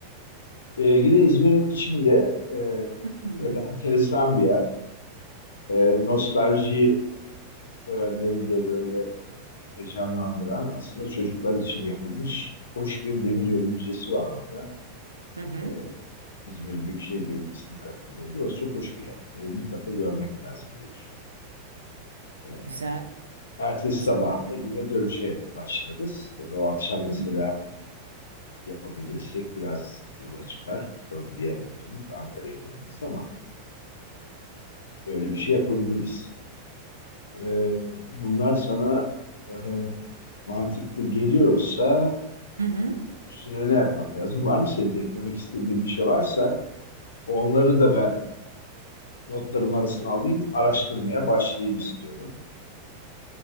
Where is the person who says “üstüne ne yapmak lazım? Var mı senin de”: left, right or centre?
Left